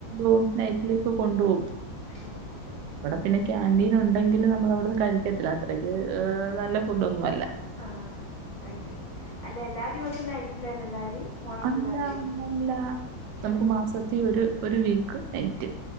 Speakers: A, on the right (about 75°); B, on the left (about 20°).
A: ഓഹ് നൈറ്റിലേക്ക് കൊണ്ടുപോവും-
B: ആഹ് ശരി-
A: പിന്നെ ക്യാന്റീൻ ഒണ്ടെങ്കിലും നമ്മൾ അവിടന്ന് കഴിക്കത്തില്ല അത്രയ്ക്ക് നല്ല ഫുഡ് ഒന്നുമല്ല-
B: ആഹ് അശരി അല്ല എല്ലാ ദിവസവും നൈറ്റില് തന്നെ ഉണ്ടാവല്- മോർണിംഗ്
A: അല്ല
B: ഉണ്ടാവലില്ലേ
A: അല്ല നമുക്ക്
B: ആ
A: മാസത്തി ഒരു ഒരു വീക്ക് നൈറ്റ്-